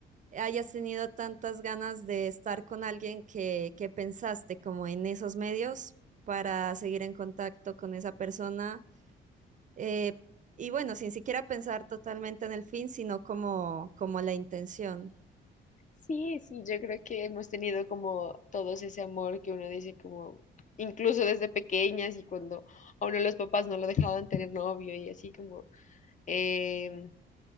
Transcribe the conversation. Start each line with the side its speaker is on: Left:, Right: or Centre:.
Right: hayas tenido tantas ganas de estar con alguien que, que pensaste como en esos medios para seguir en contacto con esa persona. eh, y bueno, sin siquiera pensar totalmente en el fin, sino como, como la intención.
Left: sí, sí, yo creo que hemos tenido como todos ese amor que uno dice como, incluso desde pequeñas y cuando a uno los papás no lo dejaban tener novio y así como, em,